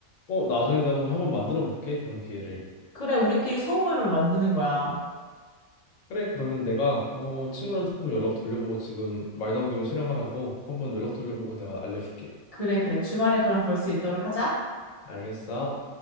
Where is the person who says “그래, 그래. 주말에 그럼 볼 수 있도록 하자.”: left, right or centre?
Left